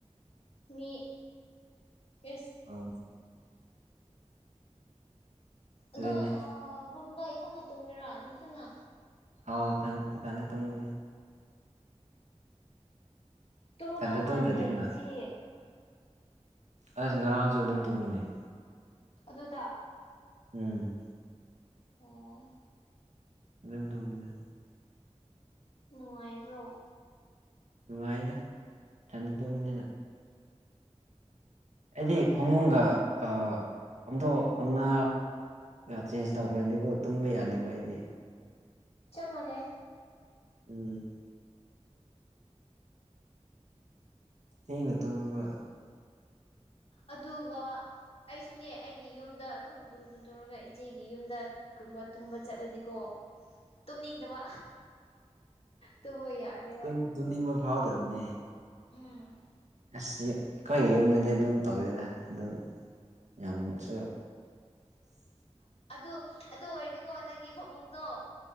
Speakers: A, on the left; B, on the right.
A: ꯃꯤ ꯏꯁ
B: ꯑꯥꯎ
A: ꯑꯗꯣ
B: ꯑꯗꯨꯅꯦ
A: ꯔꯨꯝꯗ ꯏꯊꯅ ꯇꯨꯡꯃꯤꯔꯣ ꯏꯊꯅ
B: ꯍꯥꯎ ꯊ ꯊꯅꯦ ꯇꯨꯡꯒꯅꯤ
A: ꯇꯨꯡꯗꯧ
B: ꯏꯊꯟꯗ
A: ꯃꯥꯟꯗꯦ
B: ꯇꯨꯝꯗ꯭ꯔꯗꯤ ꯀꯅꯥ
A: ꯉꯁꯤꯗꯤ
B: ꯑꯩꯁ ꯉꯔꯥꯡꯁꯨ ꯑꯗꯨꯝ ꯇꯣꯡꯃꯤꯟꯅꯩ
A: ꯑꯗꯨꯗ
B: ꯎꯝ
A: ꯑꯣ
B: ꯑꯗꯨꯝ ꯇꯣꯝꯗ
A: ꯅꯨꯡꯉꯥꯏꯕ꯭ꯔꯣ
B: ꯅꯨꯡꯉꯥꯏꯅ ꯊꯟꯗ ꯇꯨꯝꯕꯅꯤꯅ ꯍꯥꯏꯗꯤ ꯐꯃꯨꯡꯒ ꯑ ꯑꯟꯗꯣ ꯑꯣꯟꯅ ꯆꯦꯟꯖ ꯇꯧꯈ꯭ꯔꯗꯤꯀꯣ ꯇꯨꯝꯕ ꯌꯥꯗꯦꯕ ꯑꯩꯗꯤ
A: ꯆ ꯃꯅꯦ
B: ꯎꯝ ꯏꯩꯅ ꯇꯣꯡꯕ
A: ꯑꯗꯨꯒ ꯑꯩꯁꯨꯅꯦ ꯑꯩꯒꯤ ꯌꯨꯝꯗ ꯑꯗꯨꯝ ꯇꯨꯡ ꯇꯨꯡ ꯇꯨꯔꯒ ꯏꯆꯦꯒꯤ ꯌꯨꯝꯗ ꯀꯨꯝꯕ ꯇꯨꯝꯕ ꯆꯠꯂꯗꯤꯀꯣ ꯇꯨꯝꯅꯤꯡꯗꯕ ꯇꯨꯝꯕ ꯌꯥꯗꯦꯕ
B: ꯎꯝ ꯇꯨꯝꯅꯤꯡꯕ ꯐꯥꯎꯗꯕꯅꯦ
A: ꯎꯝ
B: ꯑꯁ ꯑꯩꯈꯣꯏꯒꯤ ꯌꯨꯝꯗꯗꯤ ꯑꯗꯨꯝ ꯇꯧꯗꯦꯅ ꯑꯗꯨꯝ ꯌꯥꯝꯁꯨ
A: ꯑꯗꯨ ꯑꯗꯨ ꯑꯣꯏꯔꯗꯤꯀꯣ ꯅꯪꯒꯤ ꯐꯃꯨꯡꯗꯣ